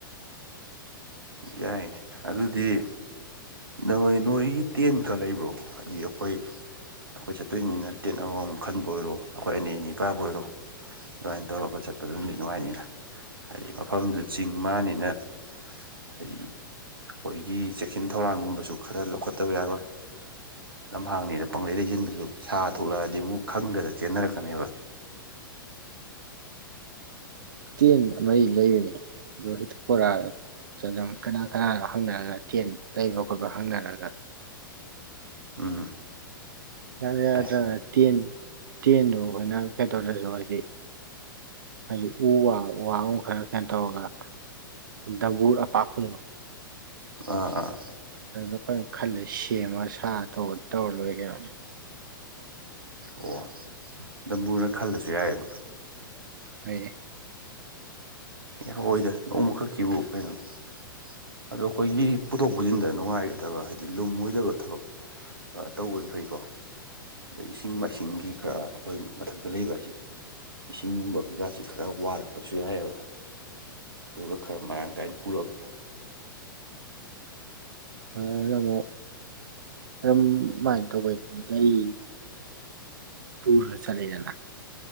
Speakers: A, on the right; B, on the right.
A: ꯌꯥꯏꯅꯦ ꯑꯗꯨꯗꯤ ꯅꯣꯏ ꯅꯣꯏꯒꯤ ꯇꯦꯟꯀ ꯂꯩꯕ꯭ꯔꯣ ꯍꯥꯏꯗꯤ ꯑꯈꯣꯏ ꯑꯈꯣꯏ ꯆꯠꯇꯣꯏꯅꯤꯅ ꯇꯦꯟ ꯑꯃꯃꯝ ꯈꯟꯕꯨ ꯑꯣꯏꯔꯣ ꯑꯈꯣꯏ ꯑꯅꯤ ꯑꯅꯤ ꯄꯥꯕꯨ ꯑꯣꯏꯔꯣ ꯑꯗꯨꯃꯥꯏꯅ ꯇꯧꯔꯒ ꯆꯠꯄꯗꯨ ꯅꯨꯗꯤ ꯅꯨꯡꯉꯥꯏꯅꯤꯅ ꯍꯥꯏꯗꯤ ꯃꯐꯝꯗꯨ ꯆꯤꯡ ꯃꯥꯅꯤꯅ ꯍꯥꯏꯗꯤ ꯑꯈꯣꯏꯒꯤ ꯆꯦꯛꯁꯤꯟ ꯊꯧꯔꯥꯡ ꯊꯧꯔꯥꯡꯒꯨꯝꯕꯁꯨ ꯈꯔ ꯂꯧꯈꯠꯇꯕ ꯌꯥꯔꯣꯏ ꯂꯝꯍꯥꯡꯅꯤꯅ ꯄꯪꯂꯩ ꯂꯩꯖꯤꯟꯕꯁꯨ ꯁꯥ ꯊꯣꯛꯂꯛꯑꯗꯤ ꯑꯃꯨꯛ ꯈꯪꯗꯅ ꯆꯦꯟꯅꯔꯛꯀꯅꯦꯕ
B: ꯇꯦꯟ ꯑꯃꯩ ꯂꯩꯕꯅꯤ ꯑꯗꯣ ꯍꯦꯛꯇ ꯄꯣꯔꯥꯑꯒꯦ ꯀꯅꯥ ꯀꯅꯥꯅꯣ ꯍꯪꯅꯔꯒ ꯇꯦꯟ ꯂꯩꯕ ꯈꯣꯠꯄ ꯍꯪꯅꯔꯒ
A: ꯎꯝ
B: ꯌꯥꯗꯔꯥ ꯌꯥꯗ꯭ꯔꯒ
A: ꯌꯥꯏ
B: ꯇꯦꯟ ꯇꯦꯟꯗꯨ ꯑꯈꯣꯏꯅ ꯀꯩꯗꯧꯔꯖꯨ ꯍꯥꯏꯗꯤ ꯍꯥꯏꯗꯤ ꯎꯋꯥ ꯎꯋꯥꯒꯨꯝꯕ ꯈꯔ ꯀꯩꯅꯣ ꯇꯧꯔꯒ ꯗꯕꯨꯔ ꯑꯄꯥꯛꯄꯗꯣ
A: ꯑꯥ ꯑꯥ
B: ꯑꯗꯨꯗꯣ ꯑꯈꯣꯏꯅ ꯈꯜꯂꯦ ꯁꯦꯝꯃꯒ ꯁꯥ ꯑ ꯇꯧꯕ ꯇꯧꯔ ꯂꯣꯏꯔꯦ ꯀꯩꯅꯣꯅꯤ
A: ꯑꯣ ꯗꯝꯕꯨꯔꯅ ꯈꯜꯂꯁꯨ ꯌꯥꯏꯌꯦꯕ
B: <unintelligible>
A: ꯑꯦ ꯍꯣꯏꯗ ꯅꯣꯡꯃꯈꯛꯀꯤꯕꯨ ꯀꯩꯅꯣꯅꯦ ꯑꯗꯣ ꯑꯈꯣꯏꯒꯤ ꯄꯨꯊꯣꯛ ꯄꯨꯁꯤꯟꯗ ꯅꯨꯡꯉꯥꯏꯒꯗꯕ ꯍꯥꯏꯗꯤ ꯂꯨꯝꯃꯣꯏꯗꯕ ꯊꯕꯛ ꯇꯧꯕꯅ ꯐꯩꯀꯣ ꯑꯗꯩ ꯏꯁꯤꯡ ꯃꯥꯏꯁꯤꯡꯒꯤ ꯈꯔ ꯑꯈꯣꯏ ꯃꯊꯛꯇ ꯂꯩꯕ ꯍꯥꯏꯁꯤ ꯏꯁꯤꯡꯒꯨꯝꯕꯒꯤꯖꯥꯠꯁꯤ ꯈꯔ ꯋꯥꯔꯛꯄꯁꯨ ꯌꯥꯏꯑꯦꯕ ꯑꯗꯨꯒ ꯈꯔ ꯃꯔꯥꯡ ꯀꯥꯏꯅ ꯄꯨꯔꯕ
B: ꯑꯗꯨꯗ ꯑꯃꯨꯛ ꯑꯗꯨꯝ ꯀꯃꯥꯏꯅ ꯇꯧꯕꯩ ꯒꯥꯔꯤ ꯄꯨꯔꯒ ꯆꯠꯂꯦꯗꯅ